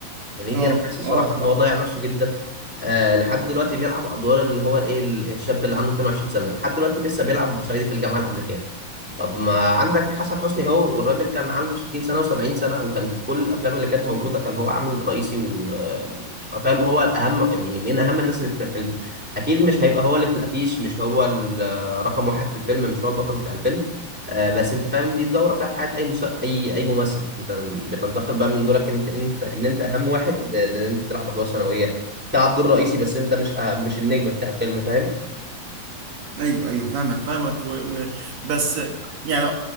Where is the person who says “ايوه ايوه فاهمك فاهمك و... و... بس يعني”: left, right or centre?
Right